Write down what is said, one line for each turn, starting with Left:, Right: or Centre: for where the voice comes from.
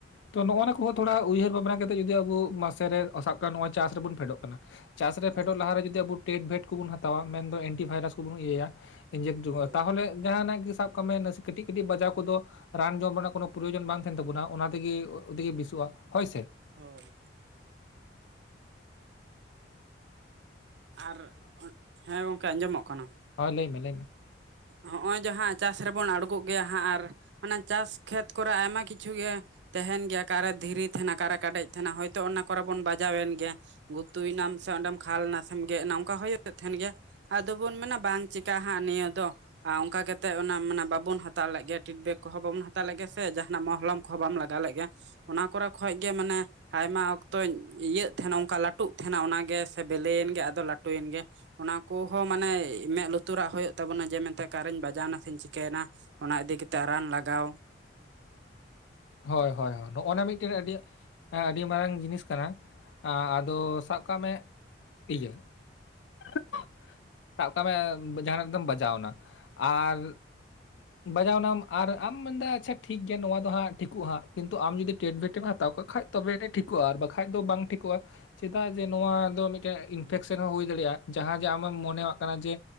Left: ᱛᱚ ᱱᱚᱜ-ᱱᱟ ᱠᱚᱦᱚᱸ ᱛᱷᱚᱲᱟ ᱩᱭᱦᱟᱹᱨ ᱵᱷᱟᱵᱽᱱᱟ ᱠᱟᱛᱮᱜ ᱡᱩᱫᱤ ᱟᱵᱚ ᱢᱟᱥᱮ ᱨᱮ ᱥᱟᱵ ᱠᱟᱢ ᱪᱟᱥ ᱨᱮᱵᱩᱱ ᱯᱷᱮᱰᱚᱜ ᱠᱟᱱᱟ ᱪᱟᱥ ᱨᱮ
Right: ᱦᱳᱭ
Left: ᱯᱷᱮᱰᱚᱜ ᱞᱟᱦᱟ ᱨᱮ ᱡᱩᱫᱤ ᱟᱵᱚ ᱴᱮᱰᱵᱷᱮᱴ ᱠᱚᱵᱚᱱ ᱦᱟᱛᱟᱣᱟ ᱢᱮᱱᱫᱚ ᱮᱱᱴᱤ ᱵᱷᱟᱭᱨᱟᱥ ᱠᱚᱵᱚᱱ ᱤᱭᱟᱹᱭᱟ ᱤᱧᱡᱮᱠᱴᱚᱜ-ᱟ
Right: ᱦᱳᱭ
Left: ᱛᱟᱦᱚᱞᱮ ᱡᱟᱦᱟᱱᱟᱜ ᱜᱮ ᱥᱟᱵ ᱠᱟᱜ ᱢᱮ ᱱᱟᱥᱮ ᱠᱟᱹᱴᱤᱡ ᱠᱟᱹᱴᱤᱡ ᱵᱟᱡᱟᱣ ᱠᱚ ᱫᱚ ᱨᱟᱱ ᱡᱚᱢ ᱨᱮᱱᱟᱜ ᱠᱚᱱᱚ ᱯᱨᱚᱭᱚᱡᱚᱱ ᱵᱟᱝ ᱛᱟᱦᱮᱱ ᱛᱟᱵᱚᱱᱟ ᱚᱱᱟ ᱛᱮᱜᱮ ᱛᱮᱜᱮ ᱵᱮᱥᱚᱜ-ᱟ ᱦᱚᱭ ᱥᱮ
Right: ᱦᱚᱭ ᱟᱨ ᱦᱮᱸ ᱜᱚᱝᱠᱮ ᱟᱸᱡᱚᱢᱚᱜ ᱠᱟᱱᱟ
Left: ᱦᱟ ᱞᱟᱹᱭ ᱢᱮ ᱞᱟᱹᱭ ᱢᱮ
Right: ᱦᱚᱸᱜ-ᱚᱭ ᱡᱮ ᱦᱟᱸᱜ ᱪᱟᱥ ᱨᱮᱵᱚᱱ ᱟᱲᱜᱩᱜ ᱜᱮᱭᱟ ᱦᱟᱸᱜ ᱟᱨ ᱚᱱᱟ ᱪᱟᱥ ᱠᱷᱮᱛ ᱠᱚ ᱨᱮ ᱟᱭᱢᱟ ᱠᱤᱪᱷᱩ ᱜᱮ ᱛᱟᱦᱮᱱ ᱜᱮᱭᱟ ᱚᱠᱟ ᱨᱮ ᱫᱷᱤᱨᱤ ᱛᱟᱦᱮᱱᱟ ᱚᱠᱟ ᱨᱮ ᱠᱟᱰᱮᱡ ᱛᱟᱦᱮᱱᱟ ᱦᱚᱭ ᱛᱚ ᱚᱱᱟ ᱠᱚᱨᱮ ᱵᱚᱱ ᱵᱟᱡᱟᱣ ᱮᱱ ᱜᱮᱭᱟ ᱜᱩᱛᱩᱭ ᱱᱟᱢ ᱥᱮ ᱚᱸᱰᱮᱢ ᱠᱷᱟᱞ ᱱᱟᱢ ᱥᱮᱢ, ‌'ᱶᱪ. ᱵᱪ ᱴᱷᱮᱱ ᱜᱮᱫ ᱮᱱᱟ ᱚᱱᱠᱟ ᱦᱩᱭ ᱛᱟᱦᱮᱱ ᱜᱮᱭᱟ ᱟᱫᱚ ᱵᱚᱱ ᱢᱮᱱᱟ ᱵᱟᱝ ᱪᱤᱠᱟᱹᱜ-ᱟ ᱦᱟᱸᱜ ᱱᱤᱭᱟᱹ ᱫᱚ ᱟᱨ ᱚᱱᱠᱟ ᱠᱟ ᱠᱟᱛᱮᱜ ᱚᱱᱟ ᱢᱟᱱᱮ ᱵᱟᱵᱚᱱ ᱦᱟᱛᱟᱣ ᱞᱮᱫ ᱜᱮᱭᱟ ᱯᱷᱤᱰᱵᱮᱠ ᱠᱚᱦᱚᱸ ᱵᱟᱵᱚᱱ ᱦᱟᱛᱟᱣ ᱞᱮᱫ ᱜᱮᱭᱟ ᱥᱮ ᱡᱟᱦᱟᱱᱟᱜ ᱢᱚᱦᱞᱚᱢ ᱠᱚ ᱵᱟᱢ ᱞᱟᱜᱟᱣ ᱞᱮᱫ ᱜᱮᱭᱟ ᱚᱱᱟ ᱠᱚᱨᱮ ᱠᱷᱚᱡ ᱜᱮ ᱢᱟᱱᱮ ᱟᱭᱢᱟ ᱚᱠᱛᱚᱧ ᱤᱭᱟᱹᱜ ᱛᱟᱦᱮᱱᱟ ᱚᱱᱠᱟ ᱞᱟᱹᱴᱩᱜ ᱛᱟᱦᱮᱱᱟ ᱚᱱᱟ ᱜᱮ ᱥᱮ ᱵᱮᱞᱮ ᱮᱱ ᱜᱮ ᱟᱫᱚ ᱞᱟᱹᱴᱩᱭᱮᱱ ᱜᱮ ᱚᱱᱟ ᱠᱚᱦᱚᱸ ᱢᱟᱱᱮ ᱢᱮᱸᱫ ᱞᱩᱛᱩᱨᱟᱜ ᱦᱩᱭᱩᱜ ᱛᱟᱵᱚᱱᱟ ᱡᱮ ᱢᱮᱱ ᱛᱮ ᱟᱠᱟᱨᱮᱧ ᱵᱟᱡᱟᱣᱱᱟ ᱥᱮ ᱪᱤᱠᱟᱹᱭᱮᱱᱟ ᱚᱱᱟ ᱤᱫᱤ ᱠᱟᱛᱮᱜ ᱨᱟᱱ ᱞᱟᱜᱟᱣ
Left: ᱦᱚᱭ ᱦᱚᱭ ᱱᱚᱜᱼᱚ ᱱᱟ ᱢᱤᱫᱴᱮᱱ ᱟᱹᱰᱤ ᱦᱮᱸ ᱟᱹᱰᱤ ᱢᱟᱨᱟᱝ ᱡᱤᱱᱤᱥ ᱠᱟᱱᱟ ᱟᱸ ᱟᱫᱚ ᱥᱟᱵ ᱠᱟᱜ ᱢᱮ ᱤᱭᱟᱹ <unintelligible> ᱥᱟᱵ ᱠᱟᱜ ᱢᱮ ᱡᱟᱦᱟᱱᱟᱜ ᱫᱚᱢ ᱵᱟᱡᱟᱣᱱᱟ ᱟᱨ ᱵᱟᱡᱟᱣᱱᱟᱢ ᱟᱨ ᱟᱢ ᱢᱮᱱᱫᱟ ᱟᱪᱪᱷᱟ ᱴᱷᱤᱠ ᱜᱮᱭᱟ ᱱᱚᱶᱟ ᱫᱚ ᱦᱟᱸᱜ ᱴᱷᱤᱠᱩᱜ ᱦᱟᱸᱜ ᱠᱤᱱᱛᱩ ᱟᱢ ᱡᱩᱫᱤ ᱴᱮᱴᱵᱮᱴ ᱮᱢ ᱦᱟᱛᱟᱣ ᱠᱟᱜ ᱵᱟᱠᱷᱟᱡ ᱛᱚᱵᱮ ᱜᱮ ᱴᱷᱤᱠᱚᱜ-ᱟ ᱟᱨ ᱵᱟᱠᱷᱟᱡ ᱫᱚ ᱵᱟᱝ ᱴᱷᱤᱠᱚᱜ-ᱟ ᱪᱮᱫᱟᱜ ᱡᱮ ᱱᱚᱣᱟ ᱫᱚ ᱢᱤᱫᱴᱮᱱ ᱤᱱᱯᱷᱮᱠᱥᱮᱱ ᱦᱚᱸ ᱦᱩᱭ ᱫᱟᱲᱮᱭᱟᱜ-ᱟ ᱡᱟᱦᱟᱸ ᱡᱮ ᱟᱢᱮᱢ ᱢᱚᱱᱮ ᱢᱚᱱᱮᱭᱟᱜ ᱠᱟᱱᱟ ᱡᱮ